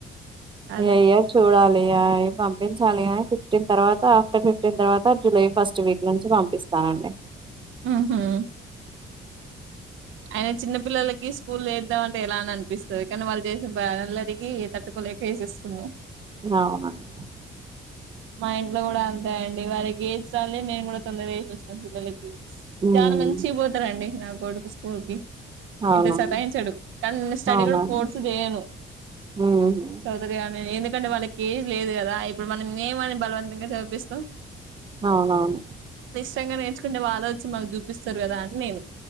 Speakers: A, on the right; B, on the right.
A: అదే
B: ఏయ్య చూడాలి యాయ్ పమ్ పించాలి ని ఫిఫ్టీన్ తర్వాత టే ఫిఫ్టీన్ తర్వాత జులై ఫస్ట్ వీక్ నుంచి పంపిస్తానండి
A: మ్మ్ హ్మ్ అయిన చిన్న పిల్లలకి స్కూల్లో ఏద్దాం అంటే ఎలానో అనిపిస్తది కానీ వాళ్ళు చేసిన బ అల్లరికి ఏ తట్టుకోలేక వేసేస్తున్నామ్
B: బాగున్నానండి
A: మా ఇంట్లో కూడా అంతేనండి వాళ్ళకి ఈచ్చాలి నేను కూడా తొందరగా చేసి వస్తు పిల్లలు
B: హ్మ్
A: చాలా మంచిగా పోతారండి నా కొడుకు కోర్గి
B: అవునవును
A: ఇంత సతాయించడు కానీ నేను స్టడీ
B: అవునవును
A: కూడా ఫోర్స్ చేయను
B: హ్మ్
A: చదవితే చదవనినేందు ఎందుకంటే వాళ్ళకి ఏజ్ లేదు కదా ఇప్పుడు మనం మేమని బలవంతంగా చదివిపిస్తాం
B: అవును అవును
A: కష్టంగా నేర్చుకుంటే వాళ్ళు వచ్చి మాకు చూపిస్తారు కదా అని నేను